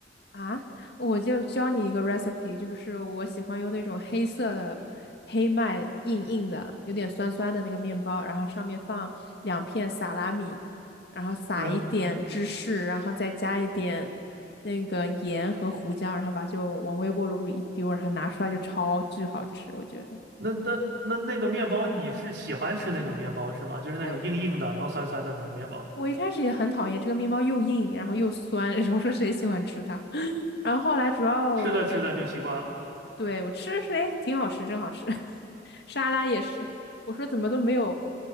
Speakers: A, on the left; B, on the right.
A: 啊，我就教你一个 recipe，就是我喜欢用那种黑色的黑麦硬硬的，有点酸酸的那个面包，然后上面放两片萨拉米，然后撒一点芝士，
B: 嗯，
A: 然后再加一点那个盐和胡椒，然后把就往微波炉里一丢，然后拿出来就超巨好吃，我觉得。
B: 那那那那个面包你是喜欢吃那种面包是吗？就是那种硬硬的，
A: 我
B: 然后酸酸的那种面包，
A: 我一开始也很讨厌这个面包又硬，然后又酸，<laughs> 我说谁喜欢吃它？<laughs> 然后后来主要我
B: 吃着吃着就习惯了。
A: 对，我吃的是，哎，挺好吃，真好吃。<laughs> 沙拉也是，我说怎么都没有